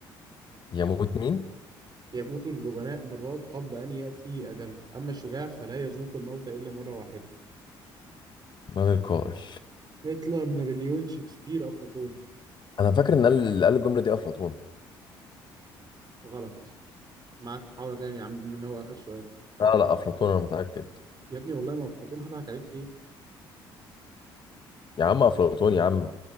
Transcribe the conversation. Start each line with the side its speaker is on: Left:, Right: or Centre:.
Left: <laughs> يموت مين
Right: يموت الجبناء مرات قبل أن يأتي أجلهم أما الشجاع فلا يذوق الموت إلا مرة واحدة
Left: من القائل
Right: هتلر نابليون شكسبير أفلاطون
Left: انا فاكر ان قال- اللي قال الجمله دي افلاطون
Right: غلط معاك محاولة تانية يا عم من هو آخر سؤال
Left: لا لا افلاطون انا متاكد
Right: يا ابني والله ما أفلاطون هضحك عليك ليه
Left: يا عم افلاطون يا عم